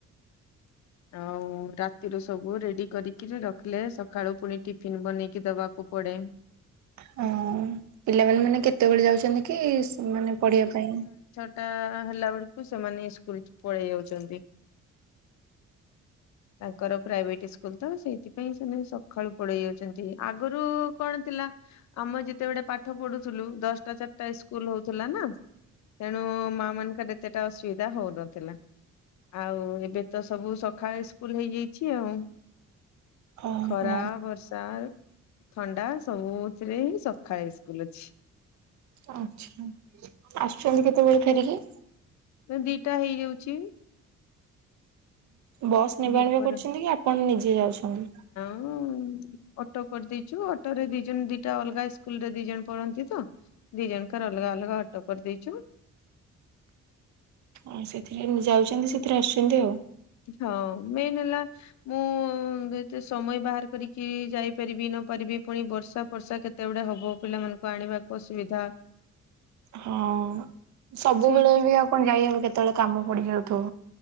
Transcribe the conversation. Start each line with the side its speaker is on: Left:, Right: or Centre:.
Left: ଆଉ ରାତିରୁ ସବୁ ରେଡି କରିକିରି ରଖିଲେ ସକାଳୁ ପୁଣି ଟିଫିନ ବନେଇକି ଦବାକୁ କୁ ପଡେ
Right: ହଁ ପିଲାମାନେ ମାନେ କେତେବେଳେ ଯାଉଚନ୍ତି କି ମାନେ ପଢିବା ପାଇଁ?
Left: ଟା ହେଲା ବେଳକୁ ସେମାନେ ସ୍କୁଲ ପଳେଇ ଯାଉଚନ୍ତି। ତାଙ୍କର ପ୍ରାଇଭେଟ ସ୍କୁଲ ତ ସେଇଥିପାଇଁ ସେମାନେ ସଖାଳୁ ପଳେଇ ଯାଉଚନ୍ତି ଆଗରୁ କଣ ଥିଲା ଆମେ ଯେତେବେଳେ ପାଠ ପଢୁଥୁଲୁ ଦଶଟା ଚାରିଟା ସ୍କୁଲ ହଉଥିଲା ନା? ତେଣୁ ମାଁ ମାନଙ୍କର ଏତେଟା ଅସୁବିଧା ହଉନଥିଲା। ଆଉ ଏବେ ତ ସବୁ ସଖାଳେ ସ୍କୁଲ ହେଇଯାଇଛି ଆଉ
Right: ଓହୋ
Left: ଖରା ବର୍ଷ ର୍ଷା ଥଣ୍ଡା ସବୁଥିରେ ହିଁ ସଖାଳେ ଇସ୍କୁଲ ଅଛି।
Right: ଆଚ୍ଛା। ଆସୁଛନ୍ତି କେତେବେଳେ ଫେରିକି?
Left: ସେଇ ଦିଟା ହେଇଯାଉଛି।
Right: ବସ୍ ନେବା
Left: ଦିପହରେ
Right: ଆଣିବା କରୁଛନ୍ତି କି ଆପଣ ନିଜେ ଯାଉଛନ୍ତି?
Left: ହୁଁ ଅଟୋ କରିଦେଇଚୁ ଅଟୋ ରେ ଦି ଜଣ ଦିଟା ଅଲଗା ସ୍କୁଲ ରେ ଦି ଜଣ ପଢନ୍ତି ତ। ଦିଇଜଣଙ୍କର ଅଲଗା ଅଲଗା ଅଟୋ କରି ଦେଇଚୁ।
Right: ଅ ସେଥିରେ ଯାଉଚନ୍ତି ସେଥିରେ ଆସୁଚନ୍ତି ଆଉ।
Left: ହଁ ମେନ୍ ହେଲା ମୁଁ ଏତେ ସମୟ ବାହାର କରିକି ଯାଇପାରିବି ନ ପାରିବି ପୁଣି ବର୍ଷା ଫର୍ଷା କେତ୍ କେତେବେଡେ ହବ ପିଲାମାନଙ୍କୁ ଆଣିବାକୁ ଅସୁବିଧା।
Right: ହଁ ସବୁବେଳେ
Left: ସେଇଥି
Right: ବି ଆଉ କଣ ଯାଇହବ କେତେବେଳେ କାମ ପଡିଯାଉଥିବ।